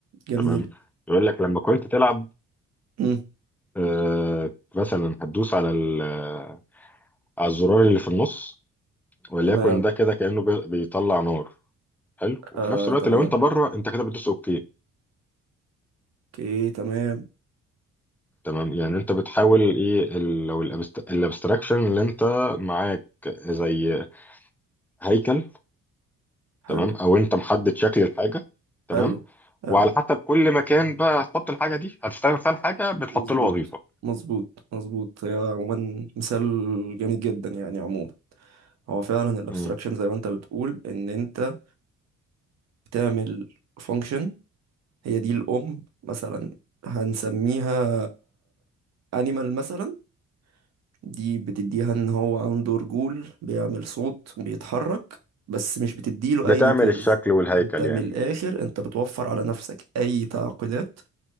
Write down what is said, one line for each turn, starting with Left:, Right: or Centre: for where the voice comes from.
Right: جميل
Centre: تمام يقول لك لما كنت تلعب
Right: مم.
Centre: آه، مثلا هتدوس على ال- آه، على الزرار اللي في النص وليكن
Right: تمام
Centre: ده كده كأنه بي- بيطلع نار حلو وفي
Right: آه
Centre: نفس الوقت
Right: تمام
Centre: لو انت بره انت كده بتدوس اوكي
Right: اوكي تمام
Centre: تمام يعني انت بتحاول ايه ال- لو الابستراكشن اللي انت معاك زي هيكل
Right: حلو
Centre: تمام او انت محدد شكل الحاجه تمام
Right: حلو حلو
Centre: وعلى حسب كل مكان بقى هتحط الحاجه دي هتستعمل فيها الحاجه بتحط
Right: مظبوط
Centre: له وظيفه
Right: مظبوط مظبوط هي عموما مثال جميل جدا يعني عموما هو فعلا الابستراكشن
Centre: مم.
Right: زي ما انت بتقول ان انت بتعمل فانكشن هي دي الام مثلا هنسميها انيمال مثلا دي بتديها ان هو عنده رجول بيعمل صوت بيتحرك بس مش بتديله
Centre: بتعمل
Right: اي ديتيلز
Centre: الشكل والهيكل
Right: انت من
Centre: يعني
Right: الاخر انت بتوفر على نفسك اي تعقيدات